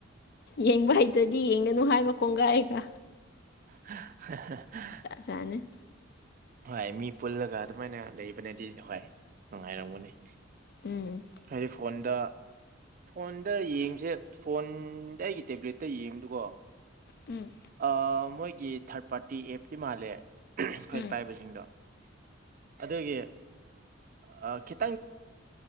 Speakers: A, on the left; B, on the right.
A: ꯌꯦꯡꯕ ꯍꯩꯇ꯭ꯔꯗꯤ ꯌꯦꯡꯒꯅꯨ ꯍꯥꯏꯕ ꯀꯣꯡꯒꯥꯏꯒꯥ
B: <unintelligible>
A: ꯆꯅꯤ
B: ꯍꯣꯏ ꯃꯤ ꯄꯨꯜꯂꯒ ꯑꯗꯨꯃꯥꯏꯅ ꯂꯩꯕꯅꯗꯤ ꯍꯣꯏ ꯅꯨꯡꯉꯥꯏꯔꯝꯒꯅꯤ
A: ꯎꯝ
B: ꯍꯥꯏꯗꯤ ꯐꯣꯟꯗ ꯐꯣꯟꯗ ꯌꯦꯡꯕꯁꯦ ꯐꯣꯟ ꯑꯩꯒꯤ ꯇꯦꯕ꯭ꯂꯦꯠꯇꯥ ꯌꯦꯡꯕꯗꯨꯀꯣ
A: ꯎꯝ
B: ꯑꯥ ꯃꯣꯏꯒꯤ ꯊꯥꯔꯠ ꯄꯥꯔꯇꯤ ꯑꯦꯞꯇꯤ ꯃꯥꯜꯂꯦ ꯑꯩꯈꯣꯏꯅ
A: ꯎꯝ
B: ꯄꯥꯏꯕꯁꯤꯡꯗꯣ ꯑꯗꯨꯒꯤ ꯑꯥ ꯈꯤꯠ